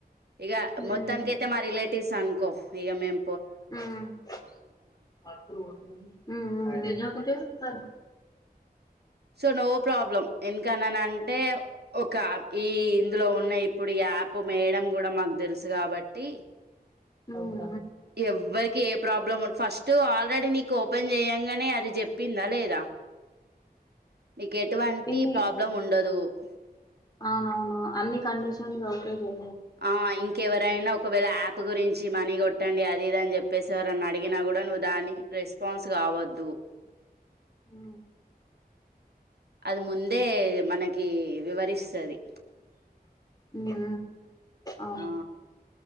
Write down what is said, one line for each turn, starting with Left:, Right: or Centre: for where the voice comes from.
Right: ఇక
Left: హ్మ్.
Right: మొత్తాన్కైతే మా రిలేట్ టిస్ అనుకో ఇగ మేం
Left: ఊ ఊ ఊ ఊ
Right: సో నో ప్రాబ్లం ఎందుకన్ననంటే ఒక ఈ ఇందులో ఉన్న ఇప్పుడు ఈ యాప్ వేయడం కూడా మాకు తెలుసు కాబట్టి
Left: ఊ ఉ
Right: ఎవ్వరికి ఏ ప్రాబ్లం ఫస్ట్ ఆల్రెడీ నీకు ఓపెన్ చేయంగానే అది చెప్పిందా లేదా నీకెటువంటి
Left: చెప్పింది.
Right: ప్రాబ్లం ఉండదు ఉహ్
Left: అవునవును అన్ని కండిషన్ ఒకేలే
Right: ఆ ఇంకే ఎవరైనా ఒకవేళ యాప్ గురించి మనీ కొట్టండి అది ఇదని చెప్పేసి ఎవరని అడిగినా కూడా నువ్వు దాని రెస్పాన్స్ కావద్దు
Left: ఊ
Right: అది ముందే మనకి వివరిస్తది
Left: ఊ అవునా
Right: ఆ